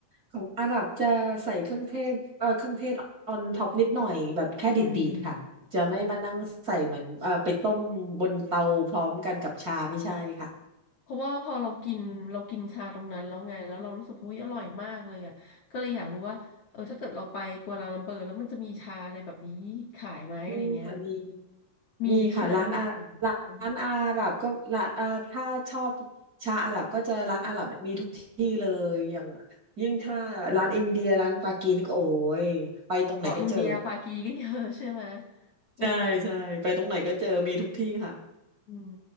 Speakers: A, on the right; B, on the left.
A: ของอาหรับจะใส่เครื่องเทศเออเครื่องเทศออนท็อปนิดหน่อยแบบแค่ดีดๆค่ะจะไม่มานั่งใส่เหมือนเออไปต้มบนเตาพร้อมกันกับชาไม่ใช่ค่ะ
B: อืมอืม เพราะว่าพอเรากินเรากินชาตรงนั้นแล้วไงแล้วเรารู้สึกหุ้ยอร่อยมากเลยอ่ะก็เลยอยากรู้ว่าเออถ้าเกิดเราไปกัวลาลัมเปอร์แล้วมันจะมีชาอะไรแบบนี้ขายไหมอะไรเงี้ย
A: มีค่ะมี
B: มีใช่ไหมอ
A: มีค่ะร้านอาร้านอาหรับก็ร้านเอ่อถ้าชอบ
B: ม
A: ชาอาหรับก็จะร้านอาหรับมีทุกที่เลยอย่างยิ่งถ้าร้านอินเดียร้านปากีนี่ก็โอ้ยไปตรงไหนก็เจอ
B: อ๋ออินเดียปากีก็เยอะใช่ไหม
A: <laughs>
B: อืม
A: ใช่ใช่ไปตรงไหนก็เจอมีทุกที่ค่ะ
B: อืม